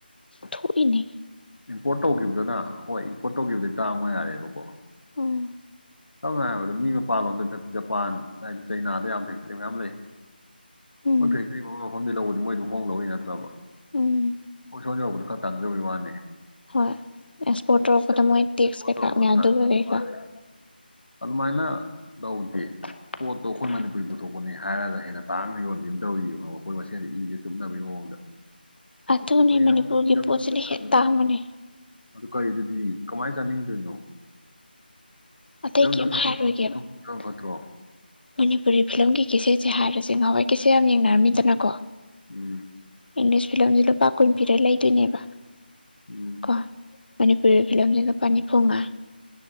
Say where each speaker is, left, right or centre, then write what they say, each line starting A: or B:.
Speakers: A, on the left; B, on the left.
A: ꯊꯣꯛꯏꯅꯦ
B: ꯏꯝꯄꯣꯔꯠ ꯇꯧꯈꯤꯕꯗꯨꯅ ꯍꯣꯏ ꯏꯝꯄꯣꯔꯠ ꯇꯧꯈꯤꯕꯗꯤ ꯇꯥꯡꯉꯣ ꯌꯥꯔꯦꯕꯀꯣ
A: ꯑꯣ
B: ꯁꯝꯅ ꯍꯥꯏꯔꯕꯗ ꯃꯤ ꯃꯄꯥꯟꯂꯣꯝꯗ ꯖꯄꯥꯟ ꯍꯥꯏꯗꯤ ꯆꯩꯅꯥꯗ ꯌꯥꯝ ꯐꯦꯛꯇꯔꯤ ꯃꯌꯥꯝ ꯂꯩ
A: ꯎꯝ
B: ꯃꯣꯏ ꯐꯦꯛꯇ꯭ꯔꯤ ꯃꯐꯝ ꯃꯐꯝꯗꯩ ꯂꯧꯕꯗꯤ ꯃꯣꯏ ꯑꯗꯨꯝ ꯍꯣꯡ ꯍꯣꯡꯅ ꯂꯧꯏ ꯅꯠꯇ꯭ꯔꯕ
A: ꯎꯝ
B: ꯈꯣꯏ ꯁꯣꯝ ꯌꯧꯕꯗ ꯈꯔ ꯇꯥꯡꯖꯕꯩ ꯋꯥꯅꯦ
A: ꯍꯣꯏ ꯑꯦꯛꯁꯄꯣꯔꯠ ꯇꯧꯔꯛꯄꯗ
B: ꯑꯦꯛꯁꯄꯣꯔꯠ
A: ꯃꯣꯏ ꯇꯦꯛꯁ ꯀꯩꯀꯥ
B: ꯇꯧꯕ
A: ꯃꯌꯥꯝꯗꯨꯒ
B: ꯇꯥꯡꯖꯕꯩ
A: ꯀꯩꯀꯥ
B: ꯋꯥꯅꯤ ꯑꯗꯨꯃꯥꯏꯅ ꯂꯧꯗꯦ ꯄꯣꯠꯇꯣ ꯑꯩꯈꯣꯏ ꯃꯅꯤꯄꯨꯔꯅ ꯄꯨꯊꯣꯛꯄꯅꯦ ꯍꯥꯏꯔꯒ ꯍꯦꯟꯅ ꯇꯥꯡꯅ ꯌꯣꯟꯕꯤ ꯑꯃ ꯇꯧꯔꯤꯕ ꯑꯩꯈꯣꯏ ꯃꯁꯦꯟꯁꯦ ꯏꯁꯦ ꯆꯨꯞꯅꯕꯒꯤ ꯃꯑꯣꯡꯗ
A: ꯑꯗꯨꯅꯤ
B: ꯑꯩꯈꯣꯏ ꯏꯔꯝꯗ
A: ꯃꯅꯤꯄꯨꯔꯒꯤ
B: ꯏꯔꯝꯗꯝ
A: ꯄꯣꯠꯁꯤꯅ
B: ꯁꯥꯖꯅ
A: ꯍꯦꯟ ꯇꯥꯡꯕꯅꯦ
B: ꯑꯗꯨ <unintelligible> ꯀꯃꯥꯏꯅ ꯆꯥꯅꯤꯡꯗꯣꯏꯅꯣ
A: ꯑꯇꯩ
B: ꯏꯔꯝꯗ
A: ꯀꯩꯝ
B: ꯐꯪ
A: ꯍꯥꯏꯔꯣꯏꯒꯦꯕ
B: <unintelligible> ꯐꯠꯇ꯭ꯔꯣ
A: ꯃꯅꯤꯄꯨꯔꯤ ꯐꯤꯂꯝꯒꯤ ꯀꯦꯆꯦꯠꯁꯦ ꯍꯥꯏꯔꯁꯦ ꯉꯍꯥꯟꯋꯥꯏ ꯀꯦꯆꯦꯠ ꯌꯥꯝ ꯌꯦꯡꯅꯔꯝꯃꯤꯗꯅꯀꯣ
B: ꯎꯝ
A: ꯏꯪꯂꯤꯁ ꯐꯤꯂꯝꯁꯦ ꯂꯨꯄꯥ ꯀꯨꯟ ꯄꯤꯔ ꯂꯩꯗꯣꯏꯅꯦꯕ
B: ꯎꯝ
A: ꯀꯣ ꯃꯅꯤꯄꯨꯔꯤ ꯐꯤꯂꯝꯁꯦ ꯂꯨꯄꯥ ꯅꯤ ꯐꯨꯉꯥ